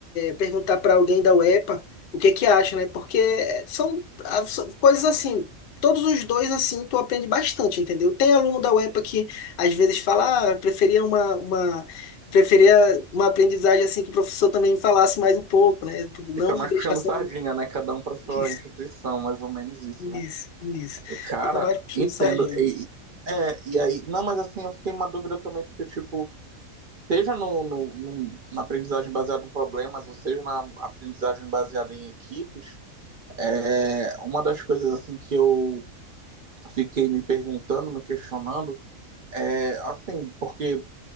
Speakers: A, on the left; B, on the right.
A: perguntar para alguém da UEPA o que que acha, né? Porque são, ah, são coisas assim. Todos os dois, assim, tu aprende bastante, entendeu? Tem aluno da UEPA que às vezes fala, ah, eu preferia uma, uma, preferia uma aprendizagem assim que o professor também falasse mais um pouco, né? Não
B: Fica mais
A: deixar
B: puxando
A: só
B: sardinha, né? Cada um para sua
A: isso,
B: instituição, mais ou menos isso, né?
A: isso, isso.
B: E, cara,
A: Fica mais puxando
B: entendo.
A: sardinha.
B: E, é, e aí, não, mas assim, eu fiquei uma dúvida também, porque, tipo, seja no, no, no- na aprendizagem baseada em problemas, ou seja na aprendizagem baseada em equipes, É, Uma das coisas assim que eu fiquei me perguntando, me questionando, é assim, porque